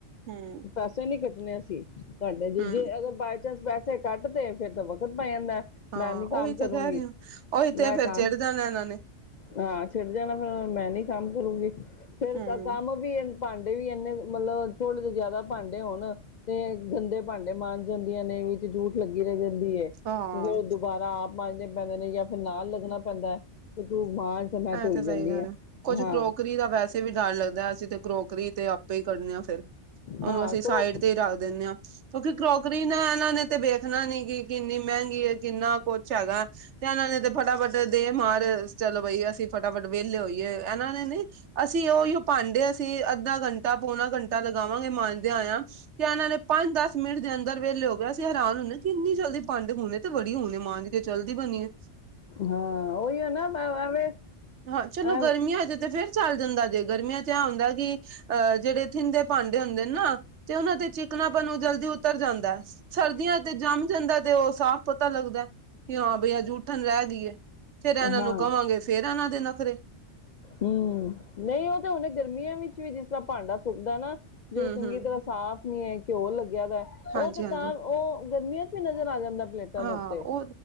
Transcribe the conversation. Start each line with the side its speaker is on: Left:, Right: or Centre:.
Right: ਹਮ
Left: ਪੈਸੇ ਨੀ ਕੱਟਣੇ ਅਸੀਂ, ਤੁਹਾਡੇ ਜੇ
Right: ਹੂੰ,
Left: ਜੇ ਅਗਰ ਬਕ ਪੈਸੇ ਕੱਟ ਤੇ ਫਿਰਰ ਤਾਂ ਵਕਤ ਪੈ ਜਾਂਦਾ।
Right: ਹਾਂ
Left: ਮੈਂ ਨੀ ਕੰਮ
Right: ਉਹੀ ਤਾਂ
Left: ਕਰੂੰਗੀ
Right: ਕਹਿ ਰਹੀ ਹਾਂ, ਉਹੀ ਤੇ
Left: ਮੈਂ
Right: ਫੇਰ
Left: ਕੰਮ
Right: ਚਿੜ ਜਾਣਾ ਇਹਨਾਂ ਨੇ।
Left: ਹਾਂ ਚਿੜ ਜਾਣਾ, ਫੇਰ ਮੈਂ ਨੀ ਕੰਮ ਕਰੂੰਗੀ ਫੇਰ
Right: ਹੂੰ।
Left: ਕੰਮ। ਵੀ ਭਾਂਡੇ ਵੀ ਇੰਨੇ ਮਤਲਬ, ਥੋੜੇ ਜ ਜ਼ਿਆਦਾ। ਭਾਂਡੇ ਹੋਣ, ਤੇ ਗੰਦੇ ਭਾਂਡੇ ਮਣ ਜਾਂਦੀਆਂ ਨੇ ਵਿੱਚ ਜੂਠ ਲੱਗੀ ਰਹਿ ਜਾਂਦੀ ਹੈ, ਤੇ
Right: ਹਾਂ
Left: ਫੇਰ ਦੁਬਾਰਾ ਆਪ ਮਾਂਜਣੇ ਪੈਂਦੇ ਨੇ, ਜਾਂ ਫੇਰ ਨਾਲ ਲੱਗਣਾ। ਪੈਂਦਾ, ਕਿ ਤੂੰ ਮਾਂਜ ਮੈਂ
Right: ਇਹ
Left: ਧੋਈ
Right: ਤੇ ਸਹੀ
Left: ਜਾਂਦੀ
Right: ਗੱਲ
Left: ਆ
Right: ਹੈ, ਕੁੱਝ ਕਰੋਕਰੀ
Left: ਹਾਂ
Right: ਦਾ ਵੈਸੇ ਵੈਸੇ ਹੀ ਡਰ ਲੱਗਦਾ ਅਸੀਂ ਤੇ ਕਰੋਕਰੀ ਤੇ ਆਪੇ ਹੀ ਕਰਨੇ ਆ ਫੇਰ, ਉਹਨੂੰ
Left: ਹਾਂ
Right: ਅਸੀਂ
Left: ਕਰੋ
Right: ਸਾਈਡ ਤੇ ਹੀ ਰੱਖ ਦਿੰਦੇ ਆਂ। ਕਿਉਂਕਿ ਕਰੋਕਰੀ ਨਾ, ਇਹਨਾਂ ਨੇ ਤੇ ਵੇਖਣਾ ਨੀ ਕਿ ਕਿੰਨੀ ਮਹਿੰਗੀ ਹੈ, ਕਿੰਨਾ ਕੁਛ ਹੈਗਾ। ਤੇ ਇਹਨਾਂ ਨੇ ਤੇ ਫਟਾਫਟ ਦੇਹ ਮਾਰ, ਚਲੋ ਬਈ ਅਸੀਂ ਫਟਾਫਟ ਵਿਹਲੇ ਹੋਈਏ, ਇਹਨਾਂ ਨੇ ਨੀ ਅਸੀਂ ਉਹੀ ਭਾਂਡੇ, ਅਸੀਂ ਅੱਧਾ ਘੰਟਾ, ਪੌਣਾ ਘੰਟਾ ਲਗਾਵਾਂਗੇ ਮਾਂਜਦੇ ਆਆ। ਤੇ ਇਹਨਾਂ ਨੇ ਪੰਜ-ਦਸ ਮਿੰਟ ਦੇ ਅੰਦਰ ਵਿਹਲੇ ਹੋ ਗਿਆਏ, ਅਸੀਂ ਹੈਰਾਨ ਹੁੰਦੇ ਕਿ ਇੰਨੀ ਜਲਦੀ ਵੰਡ ਹਣੇ। ਤੇ ਬੜੀ ਹੁਣੇ, ਮਾਂਜ ਕੇ ਚਲਦੀ ਬਣੀ ਚੱਲਦੀ ਬਣੀਏ।
Left: ਹਾਂ, ਉਹੀ ਨਾ <unintelligible>
Right: ਹਾਂ ਚਲੋ
Left: ਐ
Right: ਗਰਮੀਆਂ ਹਜੇ 'ਤੇ ਫੇਰ ਚੱਲ ਜਾਂਦਾ ਜੇ, ਗਰਮੀਆਂ 'ਚ ਐ ਹੁੰਦਾ ਕਿ ਅ ਜੇੜੇ ਥਿੰਨ ਦੇ ਭਾਂਡੇ ਹੁੰਦੇ ਨਾ 'ਤੇ ਉਨਾਂ 'ਤੇ ਚਿਕਨਾਪਣ ਓ ਜਲਦੀ ਉਤਰ ਜਾਂਦੈਂ। ਸਰਦੀਆਂ ਤੇ ਜੰਮ ਜਾਂਦਾ 'ਤੇ ਓ ਸਾਫ਼ ਪਤਾ ਲੱਗਦੈ ਕਿ ਹਾਂ ਬਈ ਆ ਜੂਠਣ ਰੈ ਗਈ ਏ। ਫੇਰ ਐਨਾਂ
Left: ਹਾਂ
Right: ਨੂੰ ਕਵਾਂਗੇ, ਫੇਰ ਐਨਾਂ ਦੇ ਨਖਰੇ।
Left: ਹੂੰ ਨਈ ਓ ਤਾਂ ਹੁਨੇ ਗਰਮੀਆਂ ਵਿੱਚ ਵੀ ਜਿਸ ਤਰਾਂ ਭਾਂਡਾ ਸੁੱਕਦਾ ਨਾ ਜੇ
Right: ਹੂੰ
Left: ਓ ਚੰਗੀ
Right: ਹੂੰ
Left: ਤਰਾਂ ਸਾਫ਼ ਨੀ ਐ, ਘਿਓ ਲੱਗਿਆ ਦਾ ਐ
Right: ਹਾਂਜੀ
Left: ਓ 'ਤੇ
Right: ਹਾਂਜੀ
Left: ਤਾਂ ਓ ਗਰਮੀਆਂ 'ਚ ਵੀ ਨਜ਼ਰ ਆ ਜਾਂਦਾ। ਪਲੇਟਾਂ
Right: ਹਾਂ
Left: ਦੇ ਉੱਤੇ।
Right: ਓ